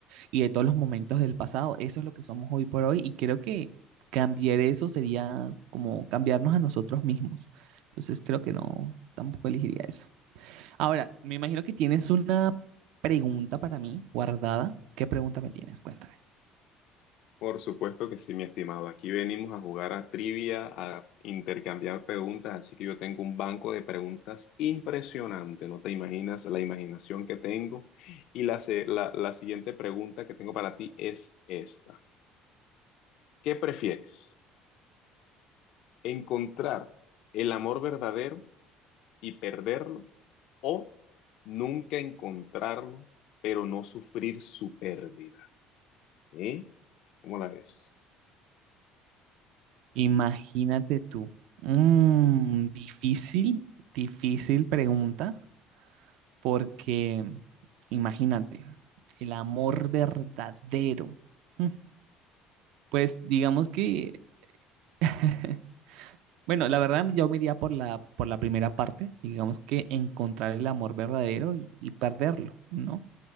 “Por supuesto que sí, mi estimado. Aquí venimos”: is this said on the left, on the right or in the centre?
Left